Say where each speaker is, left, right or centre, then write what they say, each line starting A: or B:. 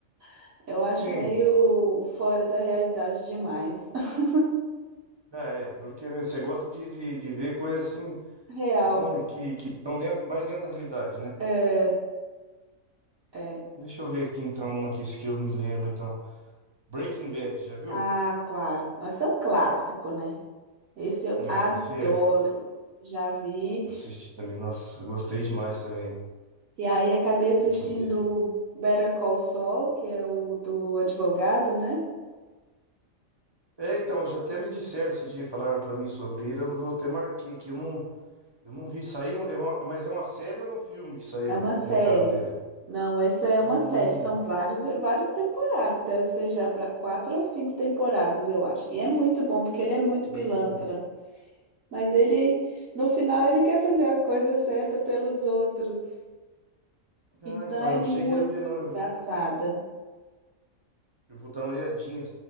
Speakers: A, on the right (about 70°); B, on the right (about 35°).
A: <laughs> eu acho
B: Sim.
A: meio fora da realidade demais. <laughs>
B: Ah, é, duro que é mesmo. Você gosta de, de, de ver coisas assim
A: Real.
B: que estão que, que estão dentro, mais dentro da realidade, né?
A: É, é.
B: Deixa eu ver aqui então uma aqui, isso que eu me lembro então. Breaking Bad, já viu?
A: Ah, claro. Mas é um clássico, né? Esse eu
B: Ah,
A: adoro.
B: esse é.
A: Já vi.
B: Eu assisti também, nossa, eu gostei demais também.
A: E aí acabei assistindo
B: Breaking Bad.
A: o Better Call Saul, que é o do advogado, né?
B: É, então, já até me disseram esse dia, falaram pra mim sobre ele, eu não vou até marquei aqui, eu não, eu não vi, sair. é uma- mas é uma série ou é um filme que saiu,
A: É uma
B: no
A: série.
B: caso dele?
A: Não, essa é uma
B: Hum,
A: série. São vários, vários temporadas. Deve ser já para quatro ou cinco temporadas, eu acho. E é muito bom porque ele é muito
B: hum.
A: pilantra. Mas ele, no final, ele quer fazer as coisas certas pelos outros.
B: Ah,
A: Então
B: então,
A: é
B: eu
A: muito
B: não cheguei a ver, não,
A: engraçada.
B: eu vou, eu vou dar uma olhadinha.